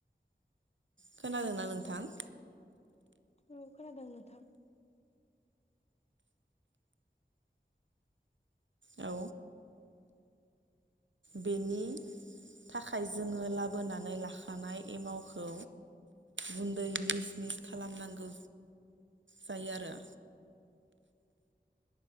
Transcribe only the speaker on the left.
औ खोनादोंं नोंथां।